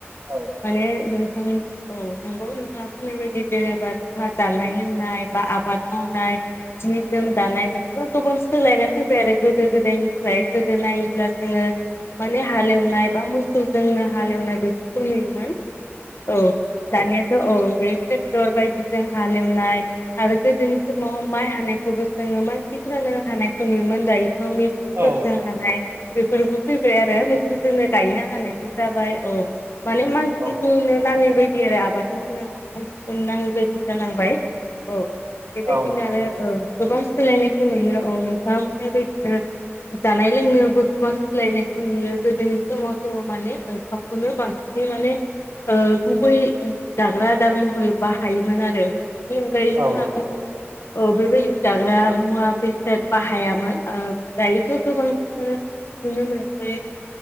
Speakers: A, on the right; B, on the left.
A: औ
B: माने नोंथां औ नंगौ नोंथाङा बुंनाय बायदि जेनेबा जोंहा जानाय लोंनाय बा आबाद मावनाय जि जोम दानायबो ओ गोबां सोलायना फैबाय आरो गोदो गोदायनिफ्राय गोदो नायोब्ला जोङो माने हालेवनाय बा मोसौजोंनो हालेवनाय बेफोरखौ नुयोमोन। औ दानियाथ' औ बे टेक्टर बायदिजों हालेवनाय आरो गोदोनि समाव माइ हानायखौबो जोङो मान सिफोरानो हानायखौ नुयोमोन। दायोथ' मेचिनफोरदो
A: औ
B: हानाय बेफोरबो फैबाय आरो मेचिन जोंनो गायनो हानायबो जाबाय औ माने मानसिखौनो
A: औ
B: नाङै बाय दि आरो आबाद मावनायावबो मानसिखौ नाङै बादि जालांबाय औ बेबायदिनो
A: औ
B: आरो औ गोबां सोलायनायखौ नुयो। औ नोंथाङा बुंनाय बायदिनो जानाय लोंनायावबो गोबां सोलायनायखौ नुयो गोदोनि समावथ' माने ओंखाम खौनो बांसिन माने ओ गुबै ओ जाग्रा आदार महरै बाहायोमोन आरो। बेनि अनगायै जोंहा
A: औ
B: गुबुन औ बेबायदि जाग्रा मुवा बेसाद बाहायामोन ओ दायोथ' गोबां जोङो नुनो मोनसै